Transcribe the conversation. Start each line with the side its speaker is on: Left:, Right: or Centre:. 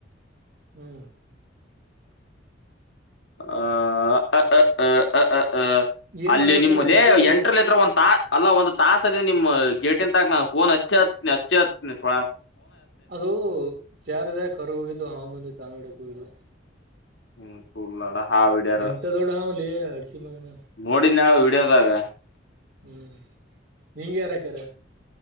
Right: ಹ್ಮ್
Left: ಅ ಅ ಅ ಅ
Right: ಏನ್
Left: ಅಲ್ಲಿ
Right: ಮಾಡ್ಬೇಕಲ್ಲಿ
Left: ನಿಮ್ಮಲ್ಲಿ
Right: ಯು ಪಿ ಐ
Left: ಎಂಟ್ರಲ್ತ್ರ ಒ ತಾ ಅಲ್ಲ ಒಂದು ತಾಸ ಅ ನಿಮ್ಮ ಗೇಟಿನ್ ತಾಕ್ ನ ಫೋನ್ ಹಚ್ಚಿ ಹನ ಹಚ್ಚಿ ಹನ ಸ್
Right: ಅದು ಜಾರ್ ಜಾಕ್ ಹೊರಗೆ ಹೋಗಿದ್ದು ಹಾವ ಮಂದಿ ತಾಂಗಿಡಕ್ ಹೋಗಿದ್ದು
Left: ಹ್ಮ ಚುಳ್ಳಾಡ ಹಾ ಹಡ್ಯಾರ
Right: ಎಂತ ದೊಡ್ಡ ಹಾವ್ಲಿ ಅಡ್ಸಿ ಮಗನ
Left: ನೋಡಿ ನಾವ ಇಡದಾಗ
Right: ಹ್ಮ್ ನೀಂಗ ಯಾರಕ್ಕಾರ